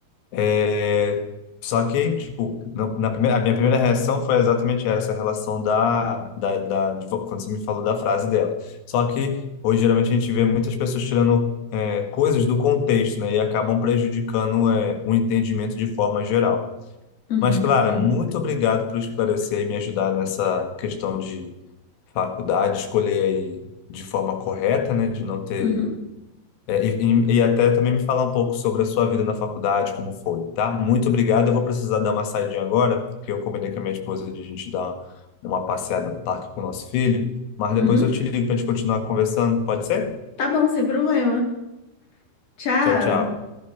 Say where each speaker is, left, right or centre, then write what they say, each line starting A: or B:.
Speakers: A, on the left (about 65°); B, on the left (about 35°).
A: É, só que, tipo, na, na primeira, a minha primeira reação foi exatamente essa, a relação da, da, da- de vo- quando você me falou da frase dela. Só que hoje, geralmente, a gente vê muitas pessoas tirando é, coisas do contexto, né? E acabam prejudicando é, o entendimento de forma geral.
B: Uhum,
A: Mas, Clara,
B: sim.
A: muito obrigado por esclarecer e me ajudar nessa questão de faculdade, escolher aí de forma correta, né? De não ter
B: Uhum,
A: é, e, e- e até também me falar um pouco sobre a sua vida na faculdade, como foi, tá? Muito obrigado. Eu vou precisar dar uma saidinha agora, porque eu combinei com a minha esposa de a gente dar uma passeada no parque com o nosso filho. Mas depois
B: Uhum.
A: eu te ligo para a gente continuar conversando, pode ser?
B: Tá bom, sem problema. Tchau.
A: Tchau, tchau.